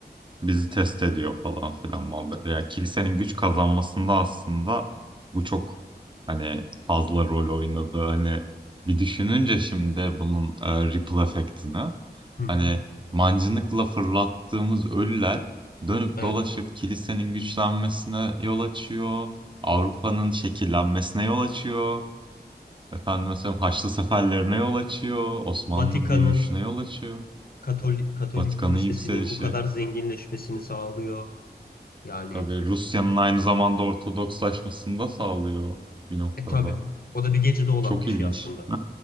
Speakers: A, on the right; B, on the left.
A: bizi test ediyor falan filan muhabbet. Yani kilisenin güç kazanmasında aslında bu çok hani fazla rol oynadı. Hani bir düşününce şimdi bunun e, ripple efektini
B: Hı hı.
A: hani mancınıkla fırlattığımız ölüler dönüp
B: Evet,
A: dolaşıp kilisenin güçlenmesine yol açıyor. Avrupa'nın
B: evet.
A: şekillenmesine yol açıyor. Efendim mesela Haçlı seferlerine yol açıyor. Osmanlı'nın
B: Vatikan'ın
A: büyüyüşüne yol açıyor.
B: Katolik, Katolik
A: Vatikan'ın
B: kilisesinin
A: yükselişi.
B: bu kadar zenginleşmesini sağlıyor. Yani
A: Tabii Rusya'nın aynı zamanda Ortodokslaşmasını da sağlıyor bir noktada.
B: e tabii o da bir gecede olan
A: Çok
B: bir
A: ilginç.
B: şey aslında.